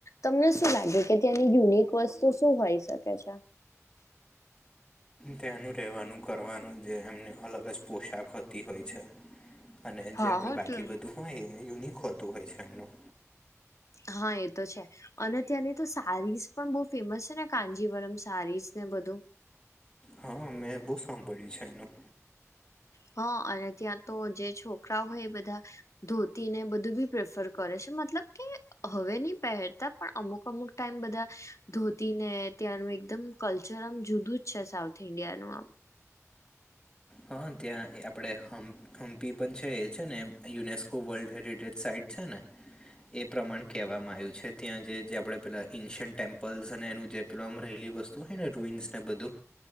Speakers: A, on the left; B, on the left.
A: તમને શું લાગે કે ત્યાંની યુનિક વસ્તુ શું હોય શકે છે?
B: ત્યાંનું રહેવાનું, કરવાનું જે એમને અલગ જ પોશાક હોતી હોય છે. અને જે
A: હા
B: આપણે
A: હો
B: બાકી
A: તો
B: બધું હોય એ યુનિક હોતું હોય છે એમનું.
A: હા એ તો છે. અને ત્યાંની તો સારીઝ પણ બહુ ફેમસ છે ને, કાન્જીવરમ સારીઝ ને બધું.
B: હા અમ્મ. મેં બહુ સાંભળ્યું છે એનું.
A: હા. અને ત્યાં તો જે છોકરા હોય એ બધા ધોતીને બધું બી પ્રેફર કરે છે. મતલબ કે હવે ની પહેરતા પણ અમુક-અમુક ટાઈમ બધા ધોતી ને ત્યાંનું એકદમ કલ્ચર આમ જુદું જ છે સાઉથ ઇન્ડિયાનું આમ.
B: હા. ત્યાં એ આપણેે હમ થમ્પી પણ છે, એ છે ને યુનેસ્કો વર્લ્ડ હેરિટેજ સાઈટ છે ને એ પ્રમાણે કહેવામાં આવ્યું છે. ત્યાં જે-જે આપણે પેલાં ઈન્શન્ટ ટેમ્પલ્સ અને એનું જે પેલું આમ રહેલી વસ્તુ હે ને રૂઈન્સને બધું